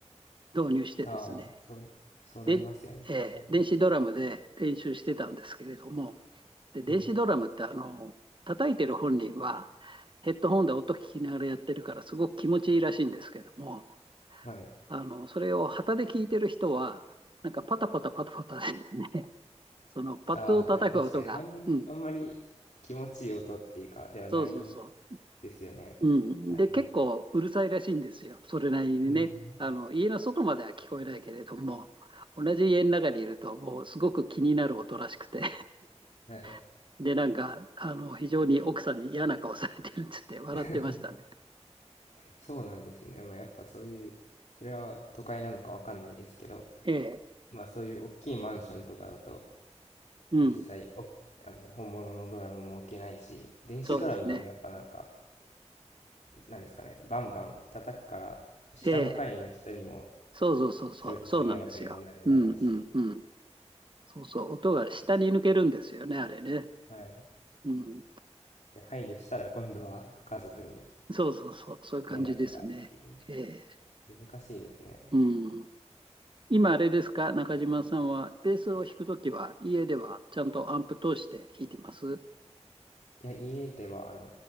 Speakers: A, on the right; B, on the left.
A: 導入してですね、
B: ああ、そう、そうなりますよね、
A: で、えー電子ドラムで練習してたんですけれども、
B: 多分。
A: で、電子ドラムってあの、
B: うん。
A: 叩いてる本人はヘッドホンで音聞きながらやってるからすごく気持ちいいらしいんですけども、
B: はい。
A: あの、それを旗で聞いてる人は、なんかパタパタパタパタでね、そのパッドを叩く音が、
B: ああ、あ確かに、あん、
A: うん、
B: あんまり気持ちいい音っていうか、ではない
A: そうそうそう、
B: ですよね。
A: うん。
B: あれも。
A: で、結構うるさいらしいんですよ。それなりにね。
B: うん。
A: あの、家の外までは聞こえないけれども、同じ家の中にいると、もうすごく気になる音らしくて
B: はい。
A: <laughs> で、なんか、あの、非常に奥さんに嫌な顔されてるっつって笑ってましたね。
B: <laughs> そうなんですね。でもやっぱそういう、それは都会なのかわかんないですけど、
A: ええ、
B: まあそういう大きいマンションとかだと、
A: うん、
B: 実際、お、あの、本物のドラムも置けないし、電子ドラムでもやっぱなんか、
A: そうですね。
B: なんですかね、バンバン叩くから、下の階の人にも、
A: ええ、そうそうそうそう、
B: それこそ迷惑にもなるだろうし、
A: そうなんですよ。うんうんうん。そうそう、音が下に抜けるんですよね、あれね。
B: はい。
A: うん、
B: で、配慮したら今度は家族に
A: そうそうそう、そういう感じですね。
B: 迷惑がっていう。
A: ええ、
B: 難しいですね。
A: うん。今あれですか、中島さんは、ベースを弾くときは、家ではちゃんとアンプ通して弾いてます
B: いや、家では、あの、